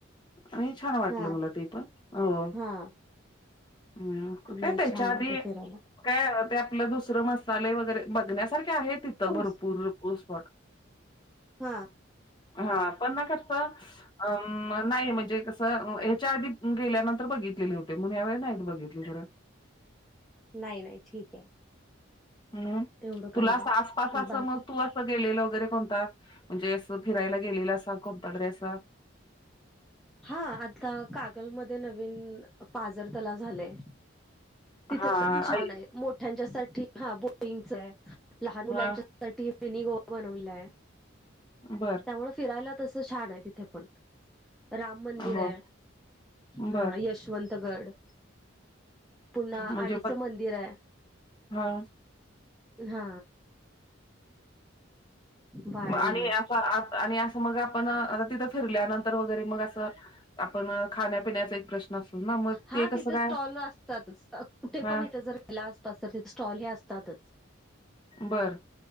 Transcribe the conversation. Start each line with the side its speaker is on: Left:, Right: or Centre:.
Left: आणि छान वाटलं
Centre: हा
Left: मला ते पण हो.
Centre: हा
Left: हम्म कुठे
Centre: नाही
Left: तेच्या
Centre: छान
Left: आधी
Centre: आहे ते फिरायला
Left: काय ते आपलं दुसरं मसाले वगैरे बघण्यासारखे आहे तिथं
Centre: तुम
Left: भरपूर स्पॉट.
Centre: हा.
Left: हा पण ना खर्च अ नाही म्हणजे कसं ह्याच्या आधी गेल्यानंतर बघितलेले होते, मग ह्या वेळी नाहीत बघितले खरं.
Centre: नाही नाही ठीक आहे.
Left: हम्म
Centre: एवढं काही
Left: तुला असं
Centre: नाही
Left: आसपास अस
Centre: बाकी
Left: मग तू गेलेलं कोणता फिरायला गेलेलं असा कोणता ड्रेस
Centre: हा आता कागलमध्ये नवीन पाझर तलाव झालंय. तिथे
Left: हां,
Centre: पण छान
Left: आई
Centre: आहे मोठ्यांच्या साठी हा बोटिंगचं हाय लहान मुलांच्या
Left: हां,
Centre: साठी साठी मिनी गोवा बनवलाय.
Left: बरं
Centre: त्यामुळे फिरायला तसं छान आहे तिथे पण. राम मंदिर
Left: हो,
Centre: हाय
Left: बरं
Centre: हा यशवंत गड. पुन्हा
Left: म्हणजे
Centre: आडीचं
Left: बघ
Centre: मंदिर हाय.
Left: हां,
Centre: हा वाडी
Left: मग आणि असं आणि असं मग आपण आता तिथं फिरल्यानंतर वगैरे मग असं. आपण खाण्यापिण्याचा एक प्रश्न असतो ना, मग
Centre: हा
Left: ते कसं
Centre: तिथे
Left: काय?
Centre: स्टॉल असतातच कुठे
Left: हां,
Centre: पण इथे जर गेला आसपास तर तिथे स्टॉल असतातच.
Left: बर